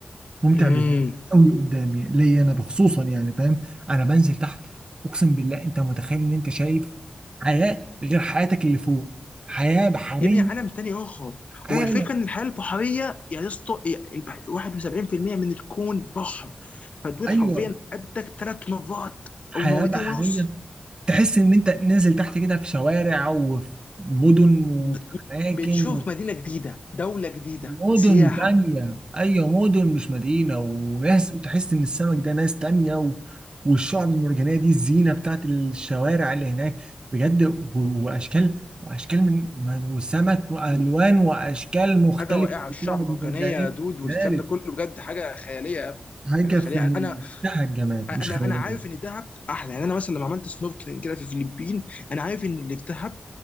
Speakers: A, on the right; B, on the left.
A: ممتع
B: امم
A: بزياده قوي قدامي ليا انا بخصوصا يعني فاهم انا بنزل تحت اقسم بالله انت متخيل ان انت شايف حياه غير حياتك اللي فوق حياه بحريه
B: يبني عالم تاني اخر
A: عالم
B: والفكره ان الحياه البحريه يا اسطى يا- البح- 71% من الكون بحر فدول
A: ايوه
B: حرفيا قدك ثلاث مرات
A: حياه
B: او مرتين
A: بحريه
B: ونص
A: تحس ان انت نازل تحت كده في شوارع وفي مدن وفي
B: د-
A: اماكن
B: بتشوف مدينه جديده دوله جديده
A: مدن
B: سياحه
A: تانية أيوة مدن مش مدينة وناس تحس إن السمك ده ناس تانية و... والشعب المرجانية دي الزينة بتاعت الشوارع اللي هناك بجد و- وأشكال وأشكال من ما- وسمك وألوان وأشكال مختلفة
B: حاجه رائعه
A: في
B: الشعب
A: الشعب المرجانية
B: مرجانيه يا دود والكلام
A: ذلك
B: ده كله بجد حاجه خياليه يا ابني
A: حاجة
B: حاجه خياليه
A: في منتهى
B: يعني انا
A: الجمال
B: انا
A: مش خيالية
B: انا عارف ان دهب احلى يعني انا مثلا لما عملت سنوركلينج كده في الفلبين انا عارف ان اللي في دهب